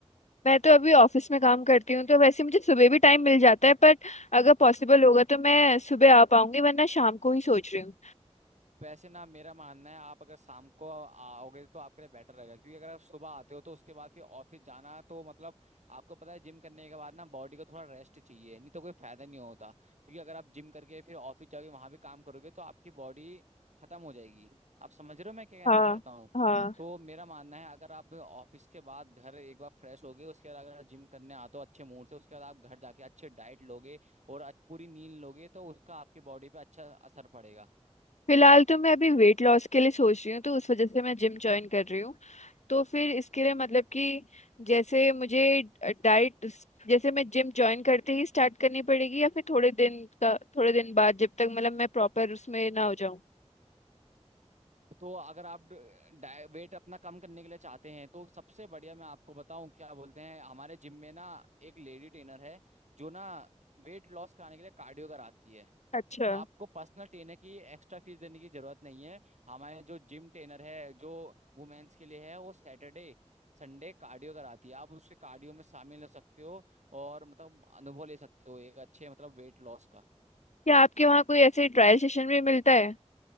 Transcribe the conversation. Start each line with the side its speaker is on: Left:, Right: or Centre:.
Left: मैं तो अभी ऑफिस में काम करती हूँ तो वैसे मुझे सुबह भी टाइम मिल जाता है पर अगर पॉसिबल होगा तो मैं सुबह आ पाऊंगी वरना शाम को ही सोच रही हूँ
Right: वैसे ना मेरा मानना है आप अगर शाम को आओगे तो आपके लिए बेटर रहेगा क्योंकि अगर आप सुबह आते हो तो उसके बाद फिर ऑफिस जाना तो मतलब आपको पता है जिम करने के बाद ना बॉडी को थोड़ा रेस्ट चाहिए नहीं तो कोई फायदा नहीं होता क्योंकि अगर आप जिम करके फिर ऑफिस जाके वहां भी काम करोगे तो आपकी बॉडी खत्म हो जाएगी आप समझ रहे हो मैं क्या कहना
Left: हाँ
Right: चाहता हूँ
Left: हाँ
Right: तो मेरा मानना है अगर आप ऑफिस के बाद घर एक बार फ्रेश होगे उसके बाद अगर जिम करने आते हो अच्छे मूड से उसके बाद आप घर जाके अच्छे डाइट लोगे और अच्छ- पूरी नींद लोगे तो उसका आपकी बॉडी पे अच्छा असर पड़ेगा
Left: फिलहाल तो मैं अभी वेट लॉस के लिए सोच रही हूँ तो उस वजह से मैं जिम ज्वाइन कर रही हूँ तो फिर इसके लिए मतलब कि जैसे मुझे डाइट जैसे मैं जिम ज्वाइन करते ही स्टार्ट करनी पड़ेगी या फिर थोड़े दिन का थोड़े दिन बाद जब तक मतलब मैं प्रॉपर उसमें ना हो जाऊं
Right: तो अगर आप वेट अपना कम करने के लिए चाहते हैं तो सबसे बढ़िया मैं आपको बताऊं क्या बोलते हैं हमारे जिम में ना एक लेडी ट्रेनर है जो ना वेट लॉस कराने के लिए कार्डियो कराती है
Left: अच्छा
Right: आपको पर्सनल ट्रेनर की एक्स्ट्रा फीस देने की जरूरत नहीं है हमारे जो जिम ट्रेनर है जो वुमेन्स के लिए है वो सैटरडे संडे कार्डियो कराती है आप उसके कार्डियो में शामिल हो सकते हो और मतलब अनुभव ले सकते हो एक अच्छे मतलब वेट लॉस का
Left: क्या आपके वहाँ कोई ऐसे ट्रायल सेशन भी मिलता है